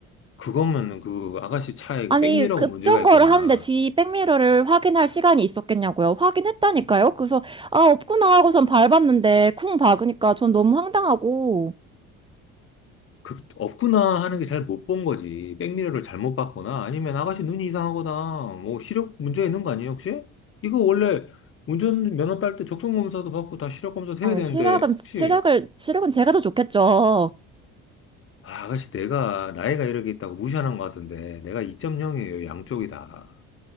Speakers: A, on the left; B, on the right.
A: 그거면 그 아가씨 차에 그
B: 아니,
A: 백미러가
B: 급정거를
A: 문제가 있거나,
B: 하는데 뒤 백미러를 확인할 시간이 있었겠냐고요? 확인했다니까요? 그래서, 아, 없구나 하고선 밟았는데, 쿵 박으니까 전 너무 황당하고.
A: 그, 없구나 하는 게 잘 못 본 거지. 백미러를 잘못 봤거나 아니면 아가씨 눈이 이상하거나 뭐 시력 문제 있는 거 아니에요, 혹시? 이거 원래 운전면허 딸 때 적성검사도 받고 다 시력검사도
B: 아니,
A: 해야 되는데
B: 실력은,
A: 혹시
B: 실력을, 실력은 제가 더 좋겠죠.
A: 아, 아가씨 내가 나이가 이렇게 있다고 무시하는 것 같은데 내가 2.0이에요, 양쪽이 다.